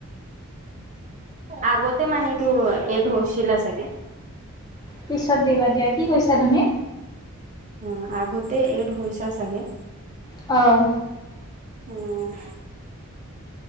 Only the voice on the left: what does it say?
পিছত দিবা, দিয়া কি কৈছা তুমি?
অঁহ।